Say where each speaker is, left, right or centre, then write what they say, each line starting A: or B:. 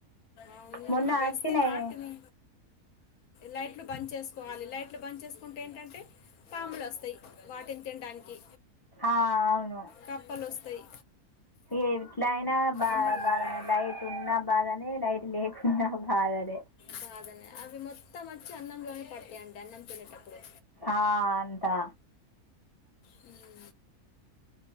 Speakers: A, on the left; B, on the left.
A: అవును
B: మొన్న
A: అవిస్తే
B: వచ్చినాయి
A: వాటిని లైట్లు బంద్ చేసుకోవాలి లైట్లు బంద్ చేసు కుంటే ఏంటంటే పాములు వస్తాయి వాటిని తినడానికి.
B: ఆ అవును
A: కప్పలు వస్తాయి
B: ఎట్ల అయినా బా
A: ఉండేలాగదు
B: బాదనే లైట్ ఉన్నా బాధనే లైట్ లేకున్నా బాధనే
A: కాదనే, అవి మొత్తం వచ్చి అన్నంలొనే పడతాయిండి అన్నం తినేటప్పుడు.
B: ఆ అంతా
A: మ్